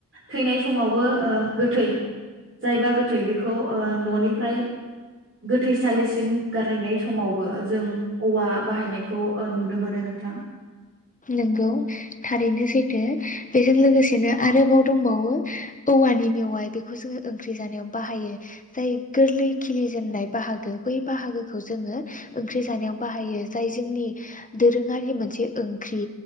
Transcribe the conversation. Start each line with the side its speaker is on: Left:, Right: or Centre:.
Right: थैनाय समावबो गोथै जायबा गो थै बेखौ ननिफ्राय गोथैसालिसिम गारहैनाय समावबो जों औवा बाहायनायखौ नुनो मोनो नोंथां
Left: नोंगौ थारैनो सैथो बेजों लोगोसेनो आरोबाव दंबावो औवानि मेवाय बेखौ जोंङो ओंख्रि जानायाव बाहायो जाय गोरलै खिलिजेेननाय बाहागो बै बाहागोखौ जोंङो ओंख्रि जानायाव बाहायो जाय जोंनि दोरोंङारि मोनसे ओं खरि